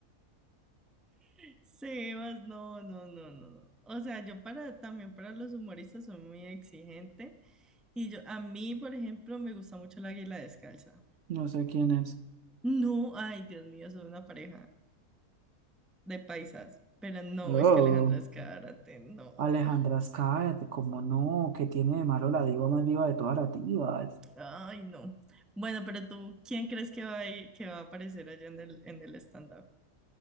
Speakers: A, in the centre; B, on the right.
A: <laughs> Sebas, no, no, no, no, no. O sea, yo para también para los humoristas soy muy exigente y yo a mí, por ejemplo, me gusta mucho la Águila Descalza.
B: No sé quién es.
A: No, ay, Dios mío, son una pareja de paisas, pero no,
B: Oh,
A: es que Alejandra Escárate, no.
B: Alejandra cállate cómo no, que tiene de malo la diva más viva de todas las divas.
A: Ay, no. Bueno, pero tú, ¿quién crees que va a ir- que va a aparecer allá en el, en el stand-up?